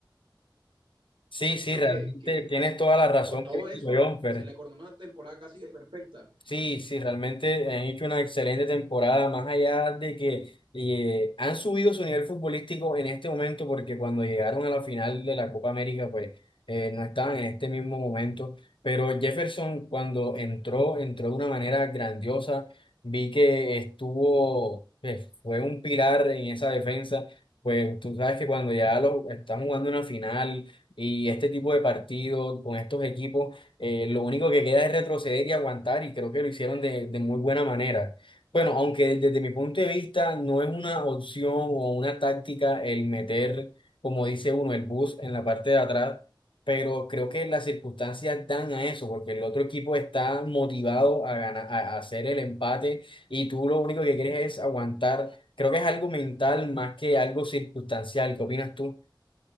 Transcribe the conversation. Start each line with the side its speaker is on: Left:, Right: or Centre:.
Left: Sí, sí, realmente
Right: que, que
Left: tienes toda la razón
Right: con todo
Left: que
Right: eso
Left: dijo Jonfer.
Right: se le coronó una temporada casi que perfecta.
Left: Sí, sí, realmente han hecho una excelente temporada, más allá de que eh, han subido su nivel futbolístico en este momento, porque cuando llegaron a la final de la Copa América, pues eh, no estaban en este mismo momento, pero Jefferson cuando entró, entró de una manera grandiosa, vi que estuvo, que fue un pilar en esa defensa, pues tú sabes que cuando ya los, están jugando una final y este tipo de partidos con estos equipos, eh, lo único que queda es retroceder y aguantar y creo que lo hicieron de, de muy buena manera. Bueno, aunque desde mi punto de vista no es una opción o una táctica el meter, como dice uno, el bus en la parte de atrás, pero creo que las circunstancias dan a eso, porque el otro equipo está motivado a ganar, a a hacer el empate y tú lo único que quieres es aguantar. Creo que es algo mental más que algo circunstancial. ¿Qué opinas tú?